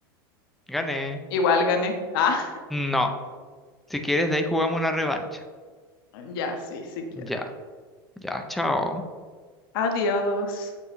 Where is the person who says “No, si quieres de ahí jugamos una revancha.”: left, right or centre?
Centre